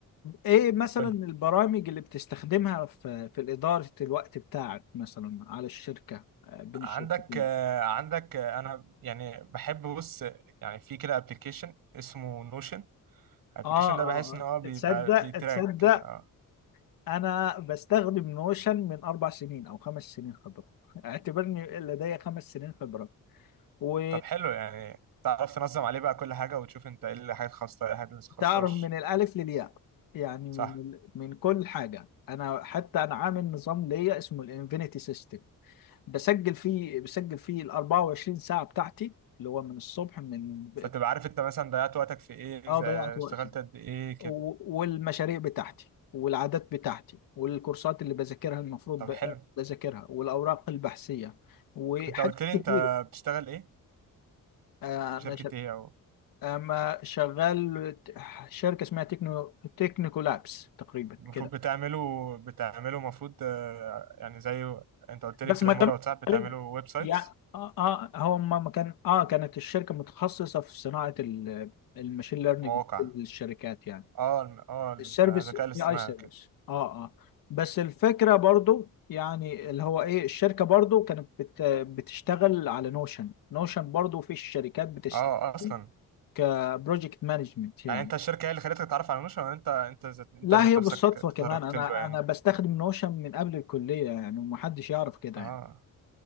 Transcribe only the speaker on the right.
قول لي
عندك
آه، عندك آه، انا يعني بحب بص يعني في كده ابلكيشن اسمه نوشن الابلكيشن
ده
بحس ان هو بيبقى
بيتراك
كده اه
طب حلو يعني تعرف تنظم عليه بقى كل حاجه وتشوف انت ايه اللي حاجات خاصه ايه الحاجات اللي ما خاصهاش
صح
فتبقى عارف انت مثلا ضيعت وقتك في ايه
زي-
اشتغلت
قد ايه كده
طب حلو
انت قلت لي
انت بتشتغل ايه
في
شركه
ايه او
المفروض
بتعمله بتعمله المفروض آه، يعني زي انت قلت لي
في الامارات
صح بتعمله
ويب سايتس
مواقع
اه الم- اه
الذكاء الاصطناعي
كده
اه اصلا
يعني انت الشركه هي اللي خلتك تتعرف على نوشن ولا انت انت ذات انت
ذات
نفسك
تطرقت
له يعني
اه